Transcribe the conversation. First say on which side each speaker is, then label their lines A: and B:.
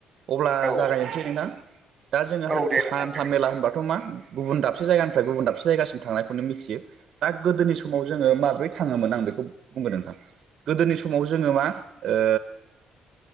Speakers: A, on the right; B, on the right.
A: अब्ला
B: औ
A: जागायनोसै नोंथां दा जोङो
B: औ
A: हान्थि
B: दे
A: हान्था
B: नोंथां दे
A: मेला होनबाथ' मा गुबुन दाबसे जायगानिफ्राय गुबुन दाबसे जायगासिम थांनायखौनो मिथियो दा गोदोनि समाव जोङो माब्रै थाङोमोन आं बेखौ बुंगोन नोंथां। गोदोनि समाव जोङो मा ओ